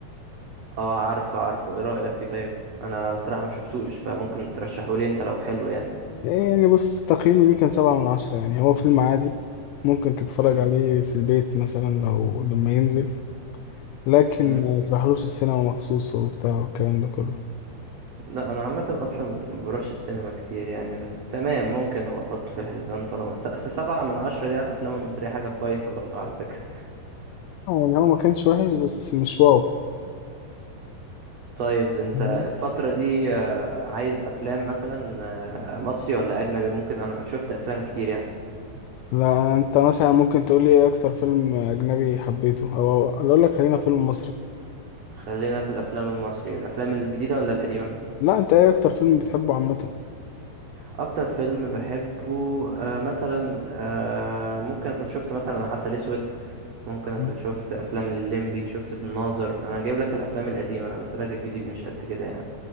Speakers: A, on the right (about 70°); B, on the left (about 90°).
A: اه عارفه عارفه ايه رايك فيه طيب انا بصراحه ما شفتوش فممكن ترشحه لي انت لو حلو يعني
B: يعني بص تقييمي ليه كان سبعة من عشرة يعني هو فيلم عادي ممكن تتفرج
A: امم
B: عليه في البيت مثلا لو لما ينزل لكن
A: امم
B: ما تروحلوش السينما مخصوص وبتاع والكلام ده كله
A: لا انا عامه اصلا ما بروحش السينما كتير يعني بس تمام ممكن ابقى احطه في الحسبان طالما س- س- سبعة من عشرة دي على الافلام المصريه حاجه كويسه برضه على فكره
B: آه، يعني هو ما كانش وحش بس مش واو
A: طيب انت
B: مهم.
A: الفتره دي آه، عايز افلام مثلا آه، مصري ولا اجنبي ممكن انا شفت افلام كتير يعني
B: لا انت مثلا ممكن تقول لي ايه اكتر فيلم اجنبي حبيته او أنا اقول لك خلينا فيلم مصري
A: خلينا في الافلام المصرية الافلام الجديدة ولا القديمة
B: لا انت ايه اكتر فيلم بتحبه عامة
A: اكتر فيلم بحبه آه مثلا آه ممكن اكون شفت مثلا عسل اسود ممكن اكون
B: مم.
A: شفت افلام لليمبي شفت في الناظر انا جايب لك الافلام القديمة انا قلت لك الجديد مش قد كده يعني